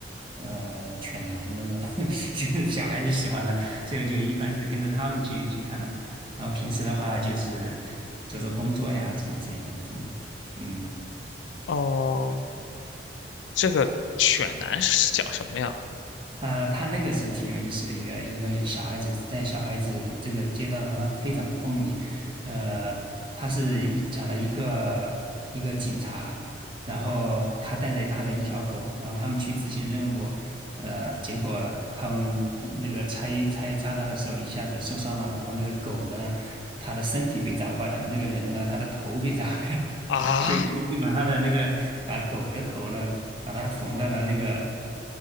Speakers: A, on the right (about 30°); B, on the left (about 85°).
A: 呃犬男那种，<laughs> 就是小孩子喜欢的，所以我就一般是跟着他们去去看的。然后平时的话就是做做工作呀什么之类的，真的，嗯。
B: 哦，这个犬男是讲什么呀？
A: 啊，他那个是挺有意思的一个一个东西。小孩子在小孩子这个阶段的话，他们非常的风靡。呃，他是一讲了一个一个警察，然后他带着他的一条狗，然后他们去执行任务。呃，结果他们那个拆拆炸弹的时候一下子受伤了，然后那个狗呢，他的身体被炸坏了，那个人呢，他的头被炸 <laughs> 坏了。
B: 啊，
A: 所水泥就把他的那个把狗的头呢，把它缝到了那个